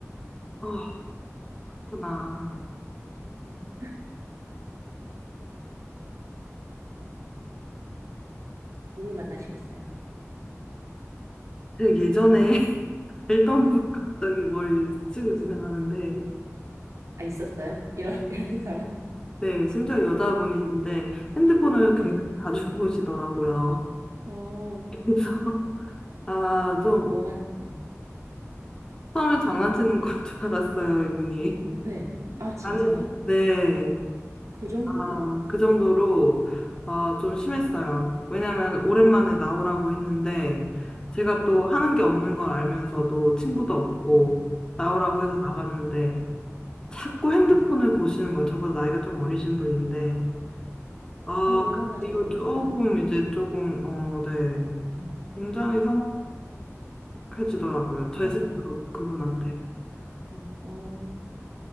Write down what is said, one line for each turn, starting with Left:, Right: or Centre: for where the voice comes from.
Left: 다 아,
Right: 어,
Left: 그렇구나.
Right: 음, 누굴 만나시겠어요?
Left: 그 예전에 <laughs> 알던
Right: 네.
Left: 분이 갑자기 뭘 치고 지나가는데,
Right: 아, 있었어요? 이런, <laughs> 이런 사람?
Left: 네, 심지어 여자분이신데 핸드폰을
Right: 네.
Left: 굉장히 자주 <laughs> 보시더라고요.
Right: 어,
Left: 그래서, 아, 좀,
Right: 뭐가, 네.
Left: 처음엔 장난치는 건 줄 알았어요, 이분이.
Right: 네. 아, 진짜요?
Left: 아니, 네.
Right: 그 정도로?
Left: 아, 그 정도로 어, 좀
Right: 네.
Left: 심했어요. 왜냐면 오랜만에
Right: 어,
Left: 나오라고 했는데 제가
Right: 네.
Left: 또 하는 게 없는 걸 알면서도 친구도 없고
Right: 네.
Left: 나오라고
Right: 네.
Left: 해서 나갔는데 자꾸 핸드폰을
Right: 네.
Left: 보시는 거예요. 저보다 나이가 좀 어리신 분인데 아,
Right: 아, 왜
Left: 그
Right: 만나자고
Left: 뒤로
Right: 한
Left: 조금
Right: 거야?
Left: 이제 조금 어, 네.
Right: <laughs>
Left: 굉장히 서먹서먹해지더라고요. 제
Right: 어
Left: 스스로
Right: 어,
Left: 그분한테. 음,
Right: 어,